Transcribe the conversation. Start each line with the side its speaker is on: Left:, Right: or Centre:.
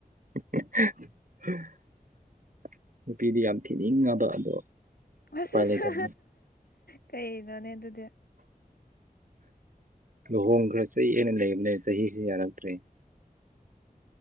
Right: ꯍ <unintelligible> <inaudible> ꯅꯨꯄꯤꯗꯤ ꯌꯥꯝ ꯊꯤꯅꯤꯡꯉꯗ ꯑꯗꯣ
Left: ꯑꯁ
Right: ꯎꯄꯥꯏ
Left: ꯑꯁ
Right: ꯂꯩꯇꯕ
Left: ꯀꯩꯅꯣꯅꯦ ꯑꯗꯨꯗꯤ
Right: ꯂꯨꯍꯣꯡꯈ꯭ꯔ ꯆꯩ ꯑꯅ ꯂꯩꯕꯅꯦ ꯆꯍꯤꯁꯤ ꯌꯥꯔꯛꯇ꯭ꯔꯦ